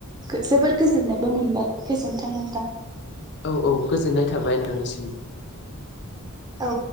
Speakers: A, on the right (about 20°); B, on the left (about 50°).
A: जोबोर गोजोननायबो मोनबाय गोजोनथों नोंथां।
B: औ औ गोजोननाय थाबाय नोंथांनिसिमबो।
A: औ।